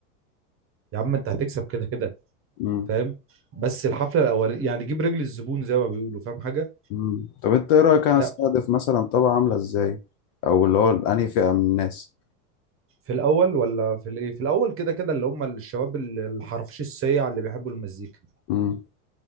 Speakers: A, on the right (about 30°); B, on the left (about 40°).
A: يا عم انت هتكسب كده كده
B: مم.
A: فاهم بس الحفله الاولانيه يعني جيب رجل الزبون زي ما بيقولوا فاهم حاجه
B: مم. طب انت ايه رايك انا
A: لا
B: استهدف مثلا طبقه عامله ازاي او اللي هو انهي فئه من الناس
A: في الاول ولا في الايه في الاول كده كده اللي هم الشباب ال- الحرفيش السيع اللي بيحبوا المزيكا
B: مم.